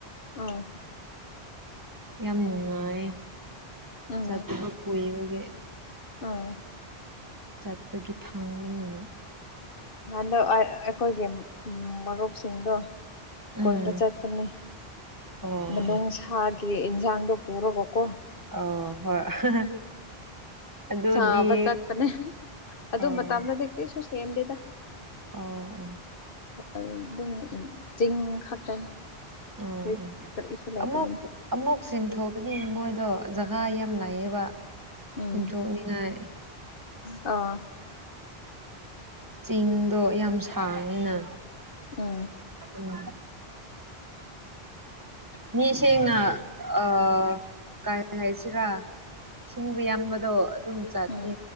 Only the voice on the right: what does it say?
ꯌꯥꯝꯅ ꯅꯨꯡꯉꯥꯏꯌꯦ
ꯆꯠꯄꯗꯣ ꯀꯨꯏꯕꯒꯤ
ꯆꯠꯄꯒꯤ ꯊꯥꯡꯕꯅꯤꯅꯦ
ꯎꯝ
ꯑꯣ
ꯑꯣ ꯍꯣꯏ ꯑꯗꯨꯗꯤ
ꯑꯣ
ꯑꯣ ꯑꯣ
ꯑꯣ ꯑꯣ
ꯑꯃꯨꯛ ꯑꯃꯨꯛ ꯆꯤꯡꯊꯣꯛꯀꯅꯤ ꯃꯣꯏꯗꯣ ꯖꯒꯥ ꯌꯥꯝ ꯂꯩꯌꯦꯕ
ꯆꯤꯡꯊꯣꯛꯅꯤꯡꯉꯥꯏ
ꯆꯤꯡꯗꯣ ꯌꯥꯝ ꯁꯥꯡꯉꯤꯅ
ꯎꯝ ꯃꯤ ꯁꯦꯡꯅ ꯑ ꯀꯥꯔꯤ ꯍꯥꯏꯁꯤꯔꯥ ꯁꯤꯡꯗꯨ ꯌꯥꯝꯕꯗꯣ ꯑꯗꯨꯝ ꯆꯥꯠꯇꯦ